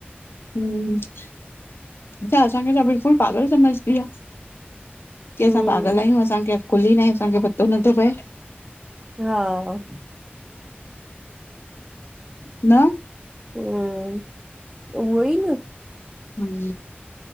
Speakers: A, on the left; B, on the right.
A: हम अच्छा असांखे त बिल्कुल पागल सम्झंदी आहे चईं
B: हम्म
A: असां पागल आहियूं असांखे अकुल ही नाए असांखे पतो नथो पए
B: हा
A: न
B: हम उहो ई न
A: हम,